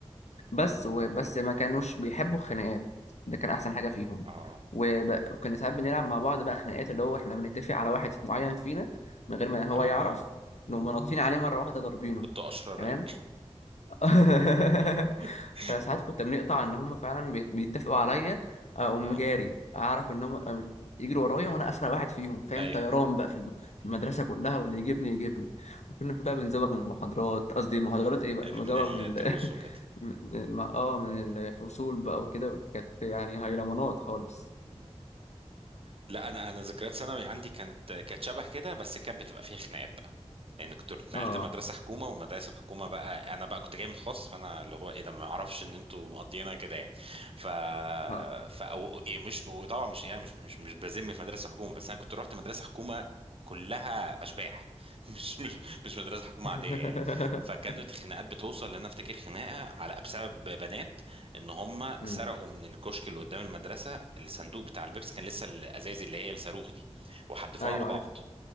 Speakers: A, on the left; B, on the right.
A: بس وبس ما كانوش بيحبوا الخناقات ده كان احسن حاجه فيهم
B: اه
A: وب- وكنا ساعات بنلعب مع بعض بقى خناقات اللي هو احنا بنتفق على واحد معين فينا من غير ما هو
B: اه
A: يعرف نقوم نطين عليه مره واحده ضاربينه
B: كنت اشرار
A: تمام
B: قوي
A: <laughs>
B: <laughs>
A: فساعات كنت بنقطع ان هم فعلا بيت- بيتفقوا عليا اقوم
B: اه
A: جاري اعرف ان هم يجروا ورايا وانا اسرع واحد فيهم فاهم
B: ايوه
A: طيران بقى في الم- في المدرسه كلها واللي يجيبني يجيبني وكنا بقى بنزوغ من المحاضرات قصدي المحاضرات ايه بقى
B: اللي
A: مزوغ
B: من الدروس
A: من ال...
B: وكده
A: <laughs> من- من- اه من الفصول بقى وكده كانت يعني هيلمانات خالص
B: مم. لا انا انا ذكريات ثانوي عندي كانت كانت شبه كده بس كانت بتبقى فيها خناقات بقى لان كنت اتنقلت
A: اه
B: لمدرسه حكومه والمدارس الحكومه بقى انا بقى كنت جاي من خاص فانا اللي هو ايه ده ما اعرفش ان انتوا مقضينا كده يعني ف
A: اه
B: ف أو إيه مش وطبعا مش يعني مش مش مش بذم في مدرسه حكومه بس انا كنت رحت مدرسه حكومه كلها اشباح <laughs> مش مش مش مدرسه حكومه
A: <laughs>
B: عاديه يعني فكانت الخناقات بتوصل لان أنا افتكر خناقه على بسبب بنات ان هم
A: مم.
B: سرقوا من الكشك اللي قدام المدرسه الصندوق بتاع البيبس كان لسه الازايز اللي هي الصاروخ دي وحدفوها
A: ايوه
B: على
A: عارف
B: بعض